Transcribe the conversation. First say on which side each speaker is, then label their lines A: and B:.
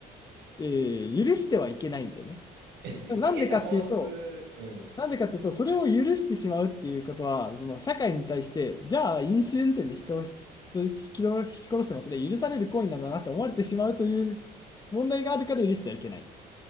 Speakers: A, on the left; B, on the right.
A: えー許してはいけないんだよね。
B: <laughs> 受けた損失、
A: なんでかっていうと、
B: うん。
A: なんでかっていうと、それを許してしまうっていうことは、その社会に対して、じゃあ飲酒運転で人を引き、人を引き殺してもそれ許される行為なんだなって思われてしまうという問題があるから許してはいけない。